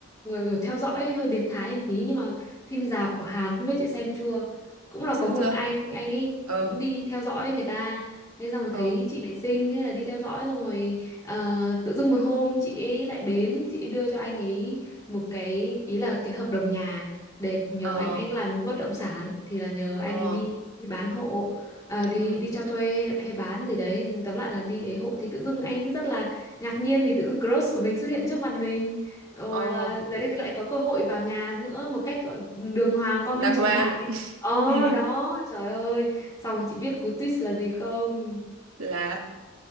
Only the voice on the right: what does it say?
chưa
chưa
ờ
ờ
ờ
ờ
ừ
ờ
đang
hoang
<laughs>
ừ
là